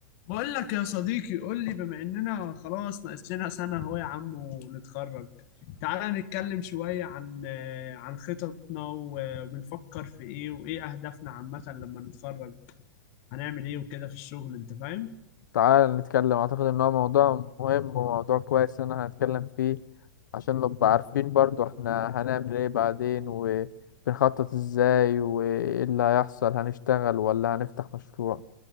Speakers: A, on the left; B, on the left.
A: بقول لك يا صديقي قول لي بما اننا خلاص ناقص لنا سنة اهو يا عم ونتخرج تعالى نتكلم شوية عن آه، عن خططنا و- وبنفكر في ايه وايه اهدافنا عامة لما نتخرج هنعمل ايه وكده في الشغل انت فاهم
B: تعال نتكلم أعتقد إن هو موضوع مهم وموضوع كويس إن احنا هنتكلم فيه عشان نبقى عارفين برضو احنا هنعمل ايه بعدين وبنخطط ازاي وايه اللي هيحصل هنشتغل ولا هنفتح مشروع